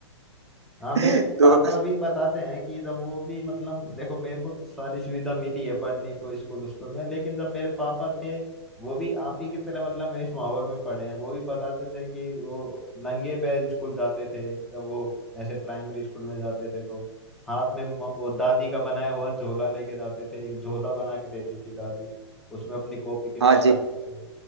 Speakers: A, in the centre; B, on the right.
A: हाँ मेरे
B: है <laughs> तो
A: पापा भी बताते हैं कि जब वो भी मतलब देखो मेरे को तो सारी सुविधा मिली है पढ़ने को स्कूल स्कूल में लेकिन जब मेरे पापा थे वो भी आप ही की तरह मतलब इस माहौल में पढ़े हैं वो भी बताते थे कि वो नंगे पैर स्कूल जाते थे जब वो ऐसे प्राइमरी स्कूल में जाते थे तो हाथ में म- वो दादी का बनाया हुआ झोला लेके जाते थे एक झोला बना के देती थी दादी उसमें अपनी कॉपी किताब
B: हाँ जी
A: रखते थे